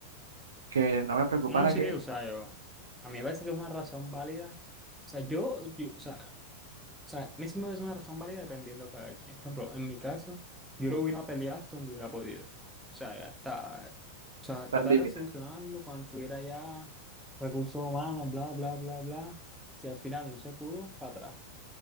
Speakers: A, on the right (about 65°); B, in the centre.
A: que no me preocupara
B: No, sí,
A: que
B: o sea, yo, a mí me parece que es una razón válida. O sea, yo, yo- o sea, O sea, a mí se me parece una razón válida dependiendo de cada quien. Por ejemplo, en mi caso, yo lo hubiera peleado hasta donde hubiera podido. O sea, ya está. O sea,
A: tal
B: tratar
A: límite.
B: de solucionarlo cuando tuviera ya recursos humanos, bla, bla, bla, bla. Si al final no se pudo, para atrás,